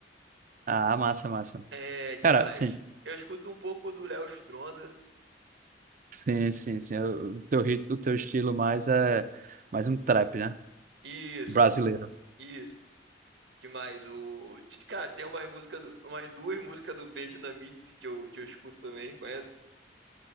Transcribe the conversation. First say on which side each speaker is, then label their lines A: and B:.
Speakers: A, on the right (about 45°); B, on the right (about 80°).
A: Ah, massa, massa.
B: É, que
A: Cara,
B: mais?
A: sim,
B: Eu escuto um pouco do Léo Stronda.
A: sim, sim, sim. O teu rit, o teu estilo mais é mais um trap, né?
B: Isso,
A: Brasileiro.
B: isso. Que mais? O cara tem uma música, do- umas duas músicas do B Dinamite que eu que eu escuto também, conheço.